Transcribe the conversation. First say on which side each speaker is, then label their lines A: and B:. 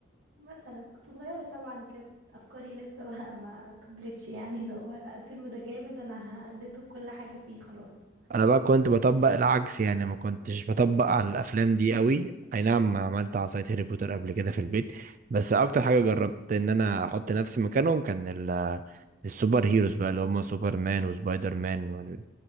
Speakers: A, on the right; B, on the right.
A: مثلا كنت صغيرة طبعا كانت افكاري لسه بقى <laughs> ما كبرتش يعني لو هو لا الفيلم ده جامد انا هقلده بكل حاجة فيه خلاص
B: انا بقى كنت بطبق العكس يعني ما كنتش بطبق على الافلام دي قوي اي نعم عملت عصاية هاري بوتر قبل كده في البيت بس اكتر حاجة جربت ان انا احط نفسي مكانهم كان ال- السوبر هيروز بقى اللي هم سوبر مان وسبايدر مان وال-